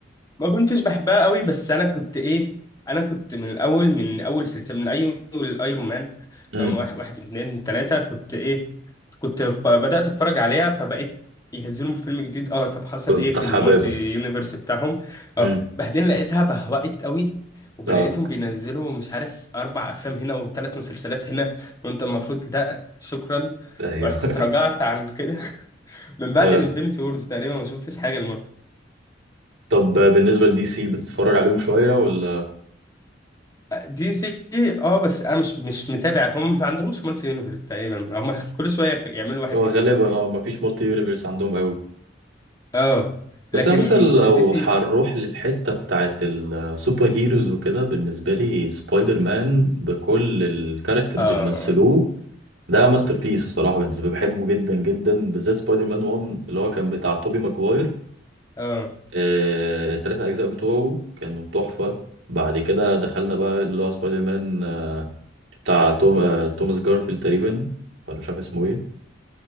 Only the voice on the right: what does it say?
امم
كنت
حاببها
امم
اه
ايوه
<laughs>
طب بالنسبة لدي سي بتتفرج عليهم شوية ولا
هو
غالبا اه مفيش مالتي يونيفرس عندهم قوي
بس
انا مثلا لو
هنروح للحتة بتاعت السوبر هيروز وكده بالنسبة لي سبايدر مان بكل الكاركترز
اللي مثلوه ده ماستر بيس الصراحة بالنسبة لي بحبه جدا جدا بالذات سبايدر مان 1 اللي هو كان بتاع توبي ماجواير
آه، التلات أجزاء بتوعه كانوا تحفة بعد كده دخلنا بقى اللي هو سبايدر مان آه، بتاع توم... آه، توماس جارفيلد تقريبا ولا مش عارف اسمه إيه.